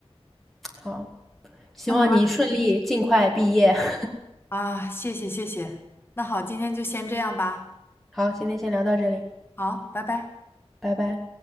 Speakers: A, in the centre; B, on the left.
A: 好，希望你顺利尽快毕业。
B: 那好吧，
A: <laughs>
B: 啊，谢谢谢谢。那好，今天就先这样吧。
A: 好，今天先聊到这里，
B: 好，拜拜。
A: 拜拜。